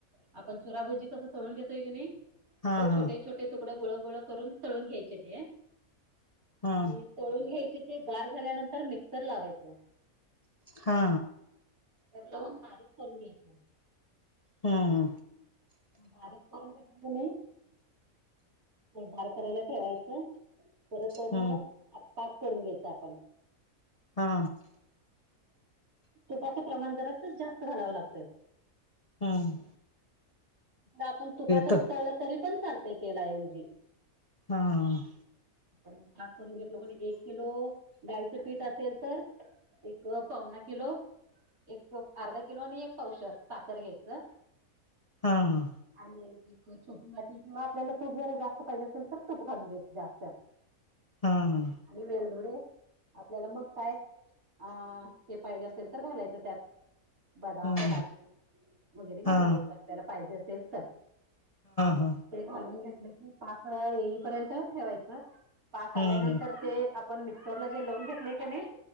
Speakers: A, on the right; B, on the left.
A: आपण चुराभजी कस तळून घेतोय की नाही
B: हा हा
A: छोटे छोटे. तुकड गोळ गोळ करून तळून घ्यायचे ते
B: हा
A: आणि तळून घ्याय. ते गार झाल्यानंतर मिक्सर लावायचं.
B: हा.
A: तर तीन बारीक करून घ्यायचं.
B: हा हा.
A: बारीक करून घेतलं की नाही गार करायला ठेवायचं परत त
B: हा
A: मग पाक करून घ्यायच आपण.
B: हा
A: तुपाच प्रमाण जरा जास्त घालावं लागतय.
B: हम्म.
A: आपण तुपातच
B: तर
A: तळलं तरी पण चालतय त्या ऐवजी.
B: हा.
A: ण पाक करून घेतलो क नाय एक किलो डाळीचं पीठ असेल तर एक पावना किलो एक अर्धा किलो आणि एक पावशर साखर घेतल.
B: हा हा.
A: आणि छोटी वाटी किंवा आपल्याला तूप जरा जास्त पाहिजे असेल तर तूप घाून घ्याच जास्त
B: हा हा.
A: आणि वेलधुडे आपल्याला मग काय? ह हे पाहिजे असेल तर घालायचं त्यात. बदाम
B: हा हा
A: काजू वगैरे घालून
B: हा
A: घेऊत आपल्याला पाहिजे असेल तर
B: हा
A: ते घालून घेतलं क पाक येईपर्यंत ठेवायचं पाक आल्यानंतर
B: हम्म
A: ते आपण मिक्सरला जे लवून घेतलेय की नाही.